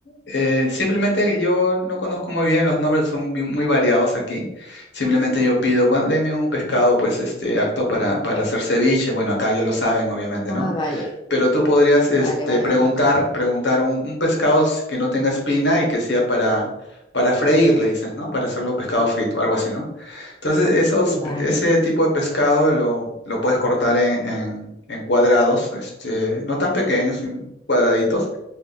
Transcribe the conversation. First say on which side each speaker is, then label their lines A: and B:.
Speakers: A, on the left; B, on the left.
A: eh, simplemente yo no conozco muy bien, los nombres son bi- muy variados aquí. Simplemente yo pido, bueno, deme un pescado pues este acto para, para hacer ceviche. Bueno, acá ya lo saben, obviamente,
B: Ah,
A: ¿no?
B: vale,
A: Pero tú podrías este,
B: vale, vale,
A: preguntar,
B: vale.
A: preguntar un, un pescado s- que no tenga espina y que sea para, para freír, le dices, ¿no? Para hacerlo pescado frito, algo así, ¿no? Entonces, esos,
B: Vale,
A: ese tipo de pescado lo, lo puedes cortar en, en- en cuadrados, este, no tan pequeños, sino cuadraditos,